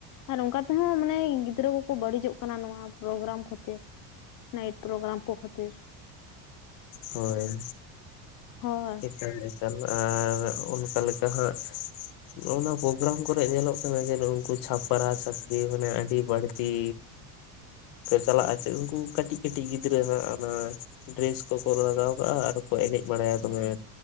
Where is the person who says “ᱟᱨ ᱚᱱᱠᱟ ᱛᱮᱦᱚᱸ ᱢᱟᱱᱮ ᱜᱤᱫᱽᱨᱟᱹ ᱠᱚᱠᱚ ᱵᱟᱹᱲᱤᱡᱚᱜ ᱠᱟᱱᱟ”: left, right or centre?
Left